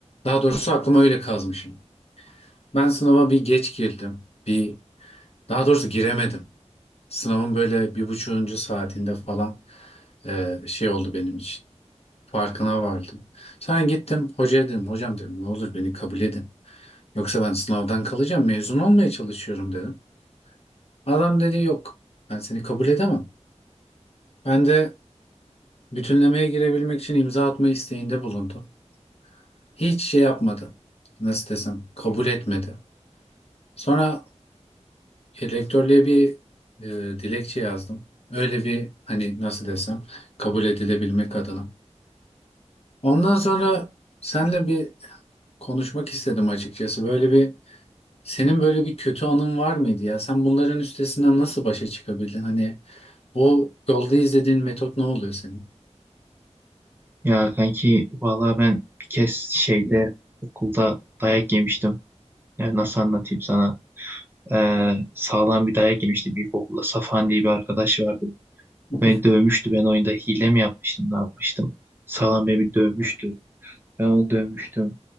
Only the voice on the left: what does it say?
daha doğrusu aklıma öyle kazmışım. Ben sınava bir geç girdim. Bir daha doğrusu giremedim. Sınavın böyle bir buçuğuncu saatinde falan e, şey oldu benim için. Farkına vardım. Sen gittim hocaya dedim hocam dedim ne olur beni kabul edin. Yoksa ben sınavdan kalacağım mezun olmaya çalışıyorum dedim. Adam dedi yok ben seni kabul edemem. Ben de bütünlemeye girebilmek için imza atma isteğinde bulundu. Hiç şey yapmadı. Nasıl desem kabul etmedi. Sonra rektörlüğe bir e, dilekçe yazdım. Öyle bir hani nasıl desem kabul edilebilmek adına. Ondan sonra senle bir konuşmak istedim açıkçası. Böyle bir Senin böyle bir kötü anın var mıydı ya? Sen bunların üstesinden nasıl başa çıkabildin? Hani bu yolda izlediğin metot ne oluyor senin?
<laughs>